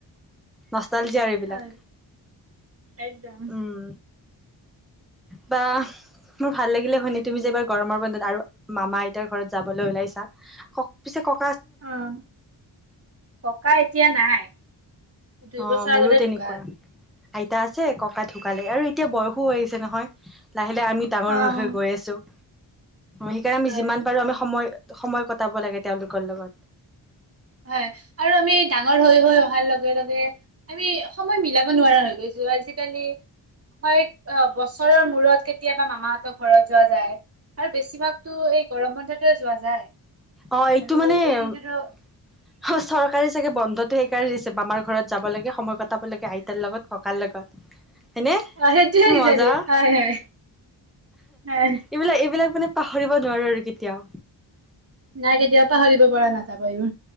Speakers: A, in the centre; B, on the right.
A: নষ্টালজীয় আৰু এইবিলাক
B: হয়। একদম,
A: উম বাহ্, মোৰ ভাল লাগিলে শুনি। তুমি যে এইবাৰ গৰমৰ বন্ধত আৰু মামা আইতাৰ ঘৰত যাবলৈ ওলাইছা ক পিছে কওঁ
B: অঃ ককা এতিয়া নাই দুই
A: অঁ
B: বছৰ
A: মোৰো
B: আগতে
A: তেনেকুৱা
B: ঢুকাল।
A: আইতা আছে ককা ঢুকালে আৰু এতিয়া বয়স আহিছে নহয় লাহিলে আমি ডাঙৰ
B: অ'।
A: হৈ হৈ গৈ আছোঁ সেইকাৰণে আমি
B: হয়
A: যিমান পাৰো আমি সময় সময় কটাব লাগে তেওঁলোকৰ লগত
B: হয় আৰু আমি ডাঙৰ হৈ লৈ অহাৰ লগে লগে আমি সময় মিলাব নোৱাৰা হৈ গৈছে আজিকালি হয় বছৰৰ মূৰত কেতিয়াবা মামাহঁতৰ ঘৰত যোৱা যায় আৰু বেছিভাগতো এই গৰম বন্ধতেে যোৱা যায়
A: অঁ এইটো
B: আৰু
A: মানে
B: এই
A: অঁ
B: দিনটোতো
A: চৰকাৰী চাগে বন্ধতটো সেইকাৰে ছাগে আমাৰ ঘৰত যাব লাগে সময় কটাব লাগে আইতাৰ লগত ককাৰ লগত হয়নে
B: অ সেইটোয়ে
A: কি
B: কিজানি
A: মজা
B: হয় হয় হয়
A: এইবিলাক এইবিলাক মানে পাহৰিব নোৱাৰো আৰু কেতিয়াও
B: নাই কেতিয়াও পাহৰিব পৰা নাযাব ই